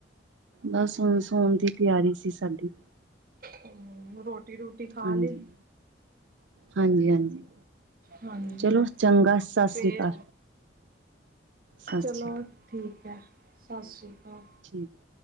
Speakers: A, on the right (about 85°); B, on the right (about 50°).
A: ਬਸ ਹੁਣ ਸੋਣ ਦੀ ਤਿਆਰੀ ਸੀ, ਸਾਡੀ।
B: ਹੂੰ, ਰ੍ਹੋਟੀ-ਰ੍ਹੁਟੀ ਖਾ
A: ਹਾਂਜੀ,
B: ਲਈ?
A: ਹਾਂਜੀ, ਹਾਂਜੀ
B: ਹਾਂਜੀ,
A: ਚਲੋ ਚੰਗਾ ਸਤਿ
B: ਫੇਰ
A: ਸ੍ਰੀ ਅਕਾਲ, ਸਤਿ
B: ਚਲੋ
A: ਸ੍ਰੀ ਅਕਾਲ
B: ਠੀਕ ਐ, ਸਤਿ ਸ਼੍ਰੀ ਅਕਾਲ।
A: <inaudible>